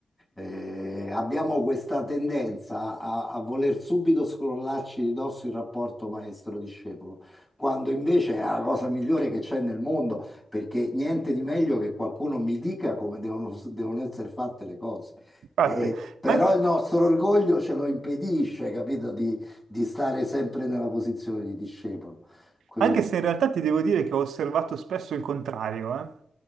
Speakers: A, on the left; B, on the right.
A: Eh, abbiamo questa tendenza a, a voler subito scrollarci di dosso il rapporto maestro-discepolo, quando invece è la cosa migliore che c'è nel mondo perché niente di meglio che qualcuno mi dica come devono, devono essere fatte le cose.
B: Infatti,
A: Eh, però
B: anche-
A: il nostro orgoglio ce lo impedisce, capito, di, di stare sempre nella posizione di discepolo. Quello
B: Anche se in realtà ti devo dire che ho osservato spesso il contrario, eh.